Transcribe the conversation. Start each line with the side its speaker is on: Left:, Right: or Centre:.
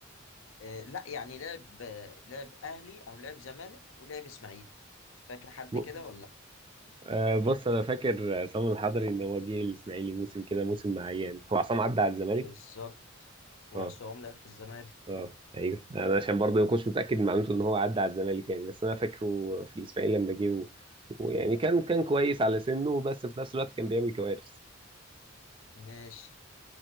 Left: آه لا يعني لعب آه، لعب اهلي او لعب زمالك ولعب اسماعيلي فاكر حد
Right: ب-
Left: كده ولا
Right: آه، بص أنا فاكر عصام الحضري إن هو جه الإسماعيلي موسم كده موسم معين هو عصام عدى على الزمالك
Left: بالظبط وعصام
Right: أه
Left: لعب في الزمالك
Right: اه ايوه يعني انا عشان برضه ما كنتش متاكد من معلومته ان هو عدى على الزمالك يعني بس انا فاكره في الاسماعيلي لما جه و- ويعني كان كان كويس على سنه بس في نفس الوقت كان بيعمل كوارث
Left: ماشي